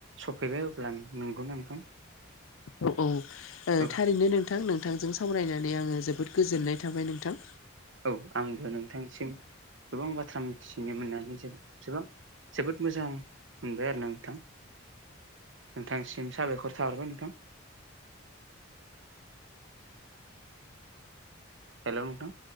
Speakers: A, on the right; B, on the left.
A: सफैबाय अब्ला नंगौ नोंथां।
B: औ ओ
A: औ
B: थारैनो नोंथां नोंथांजों सावरायनानै आङो जोबोद गोजोननाय थाबाय नोंथां।
A: औ आंबो नोंथांसिम गोबां बाथ्रा मिथिनो मोननानै जोब जोबां जोबोद मोजां मोनबाय आरोना नोंथां। नोंथांसिम साबायखर थाहरबाय नोंथां। हेल' नोंथा।